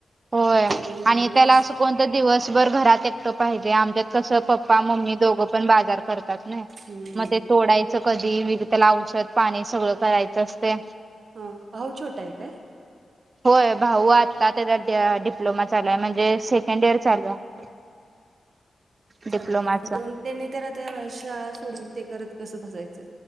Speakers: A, on the right; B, on the right.
A: होय
B: सगळं होते
A: आणि
B: ना
A: त्याला असं कोणत दिवसभर घरात एकटं पाहिजे आमच्यात कसं पप्पा मम्मी दोघं पण बाजार करत नाही
B: हम्म
A: मग ते तोडायचं कधी व त्याला औषध पाणी सगळं करायचं असते
B: ह भाऊ छोटा आहे काय
A: होय भाऊ आत्ता त्याचा डिप्लोमा चालू आहे म्हणजे सेकंड इयर चालू आहे
B: <inaudible>
A: डिप्लोमाचा
B: लय द त्यांनी तर आता शाळा सोडून ते करत कसं बसाायचं